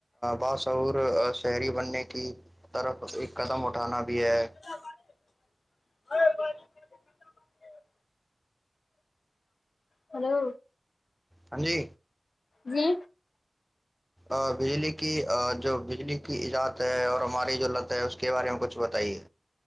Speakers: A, in the centre; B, on the left.
A: باسور شہری بننے کی طرف ایک قدم اٹھانا بھی ہے
B: <inaudible> ہلو
A: ہاں جی
B: جی
A: ا بجلی کی جو بجلی کی ایجاد ہے اور ہم ہماری جو لت ہے اس کے بارے میں کچھ بتائیے